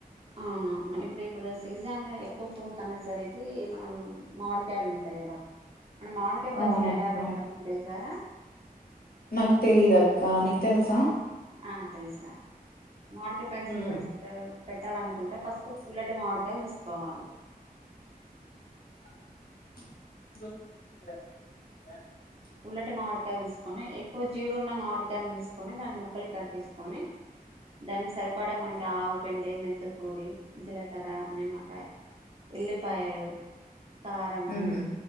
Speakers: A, on the right; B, on the left.
A: అవునా ఇప్పు ఇప్పుడు సీజన్ లో ఎక్కువ ఫూట్ అనేసరికి మనం మామిడికాయలు ఉంటాయి కదా మన మామిడికాయపచ్చడి
B: అవునక్క
A: ఎలా పెట్టడం నీకు తెలుసారా
B: నాకు తెలీద అక్క నీకు తెల్సా
A: ఆ తెలుసు రా మామిడికాయ పచ్చడి
B: ఉమ్
A: ఫస్ట్ పెట్టాలనుకుంటే ఫస్ట్ పుల్లటి మామిడికాయలు తీసుకోవాలి
B: <inaudible>
A: పుల్లటి మామిడి తీసుకొని ఎక్కువ జీడున్న మాడ్ కాయల్ని తీసుకొని దాని ముక్కలు కట్ చేసు కని దానికి సరిపడా మనకి ఆవపిండి మెంతిపొడి జీలకర్ర నిమ్మకాయ ఇల్లే పాయలు కారము
B: ఉమ్